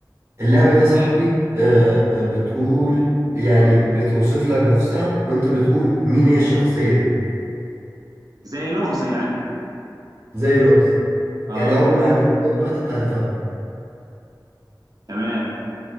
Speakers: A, on the right (about 35°); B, on the right (about 55°).
A: اللعبة دي يا صاحبي آه، بتقول يعني بتوصف لك نفسها وانت بتقول مين هي الشخصية دي
B: زي لغز يعني
A: زي لغز
B: أه
A: يعني اول ما نلعبها دلوقتي انت هتفهمها
B: تمام